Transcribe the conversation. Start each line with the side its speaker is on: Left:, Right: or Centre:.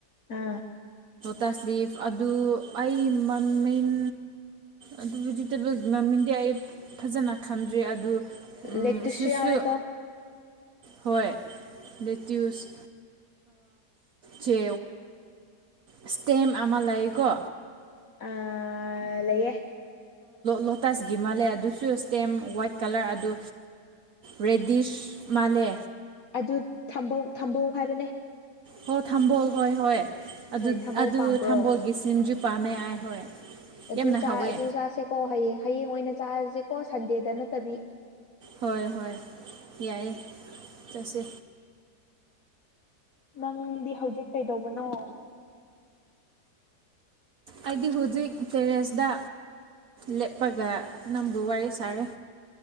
Left: ꯑꯥ
Right: ꯇꯁꯂꯤꯐ ꯑꯗꯨ ꯑꯩ ꯃꯃꯤꯟ ꯑꯗꯨ ꯚꯦꯖꯤꯇꯦꯕꯜ ꯃꯃꯤꯡꯗꯤ ꯑꯩ ꯐꯖꯅ ꯈꯟꯗ꯭ꯔꯦ ꯑꯗꯨ
Left: ꯂꯦꯛꯇꯨꯁꯁꯨ
Right: ꯁꯤꯁꯨ
Left: ꯌꯥꯎꯋꯦꯀꯣ
Right: ꯍꯣꯏ ꯅꯇꯌꯨꯁ ꯆ ꯏꯁꯇꯦꯝꯦꯝ ꯑꯃ ꯂꯩꯀꯣ
Left: ꯑ ꯂꯩꯌꯦ
Right: ꯂꯣꯇꯥꯁ ꯒꯤ ꯃꯥꯜꯂꯦ ꯑꯗꯨꯁꯨ ꯁ꯭ꯇꯦꯝ ꯋꯥꯏꯠ ꯀꯂꯔ ꯑꯗꯨ ꯔꯦꯗꯤꯁ ꯃꯥꯂꯦ
Left: ꯑꯗꯨꯝꯕꯧ ꯊꯝꯕꯧ ꯍꯥꯏꯕꯅꯦ
Right: ꯍ ꯊꯝꯝꯕꯣꯜ ꯍꯣꯏ ꯍꯣꯏ ꯑꯗꯨ
Left: ꯍꯣꯏ ꯊꯝꯕꯧ
Right: ꯑꯗꯨ
Left: ꯄꯥꯝꯕ꯭ꯔꯣ
Right: ꯊꯝꯕꯣꯜꯒꯤ ꯁꯤꯝꯁꯨ ꯄꯥꯝꯃꯦꯑꯥꯏ ꯍꯣꯏ
Left: ꯑꯗꯨ
Right: ꯌꯥꯝꯅ ꯍꯥꯎꯋꯦ
Left: ꯑꯗꯨ ꯆꯥꯁꯦꯀꯣ ꯍꯌꯦꯡ ꯍꯌꯦꯡ ꯑꯣꯏꯅ ꯆꯥꯔꯁꯦꯀꯣ ꯁꯟꯗꯦꯗ ꯅꯠꯇꯕꯤ
Right: ꯍꯣꯏ ꯍꯣꯏ ꯌꯥꯏꯑꯦ ꯆꯠꯁꯦ
Left: ꯅꯪꯗꯤ ꯍꯧꯖꯤꯛ ꯀꯩꯗꯧꯕꯅꯣ
Right: ꯑꯩꯗꯤ ꯍꯧꯖꯤꯛ ꯀꯔꯤꯁꯗ ꯂꯦꯞꯄꯒ ꯅꯪꯕꯨ ꯋꯥꯔꯤ ꯁꯥꯔꯦ